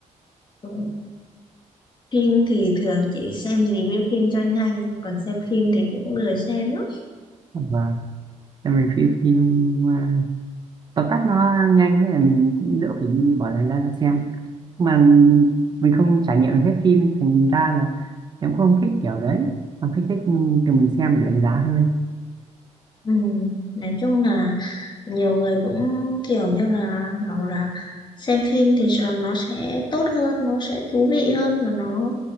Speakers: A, on the left; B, on the right.
A: Ừ. Phim thì thường chị xem review phim cho nhanh, còn xem phim thì cũng lười xem lắm.
B: Vâng, em review phim à, tóm tắt nó nhanh với là mình cũng đỡ phải đi bỏ thời gian ra xem mà mình không trải nghiệm được hết phim thành ra là em cũng không thích kiểu đấy em thích thích từ mình xem để đánh giá hơn
A: Ừm, nói chung là nhiều người cũng kiểu như là bảo là xem phim thì sẽ- nó sẽ tốt hơn, nó sẽ thú vị hơn và nó